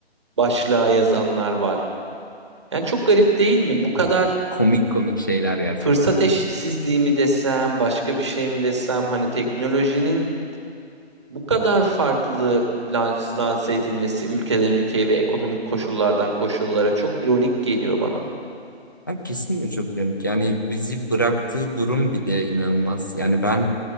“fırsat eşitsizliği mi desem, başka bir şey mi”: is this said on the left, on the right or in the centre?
Right